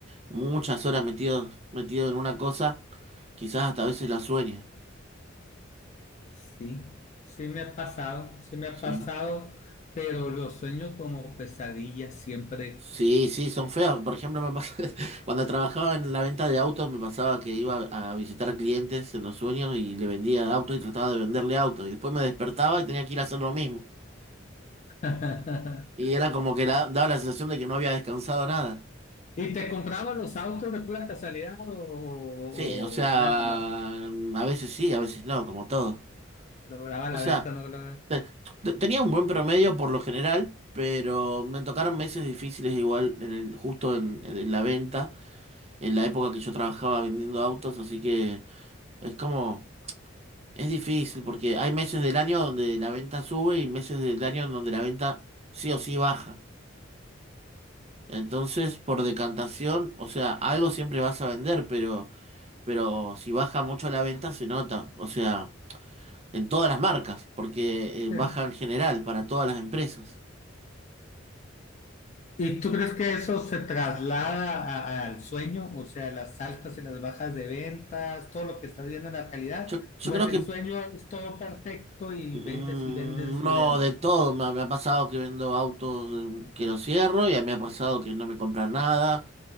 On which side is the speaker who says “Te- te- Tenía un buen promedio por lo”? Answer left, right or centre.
Right